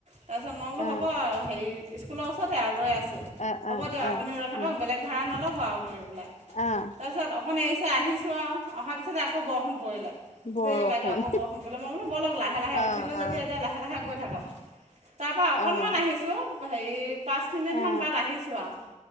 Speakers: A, on the right; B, on the left.
A: তাৰপিছত মই বোলো
B: আহ
A: হ'ব হে স্কুলৰ ওচৰতে আৰু ৰৈ আছোঁ <unintelligible>
B: আহ
A: হ'ব
B: আহ
A: দিয়ক আপুনি
B: আহ
A: ৰৈ থাকক
B: আহ
A: বেলেগ ভাড়া নলও <unintelligible> ব আৰু বুলি পেলাই
B: আহ
A: তাৰপিছত অকণ এৰিছে আহিছোঁ আৰু অহাৰ পিছতে আকৌ বৰষুণ পৰিলে। <unintelligible>
B: বৰষুণ
A: যে বাইদেউ আকৌ বৰষুণ কৰিলে মই বোলো ব'লক লাহে- লাহে
B: আহ
A: উঠিলোঁ যেতিয়া,
B: আহ
A: এতিয়া লাহে -লাহে গৈ থাকক। তাৰ পৰা অকনমান
B: আহ
A: আহিছো হেৰি পাঁচ মিনিট মান
B: আহ
A: ছোঁৱো আৰু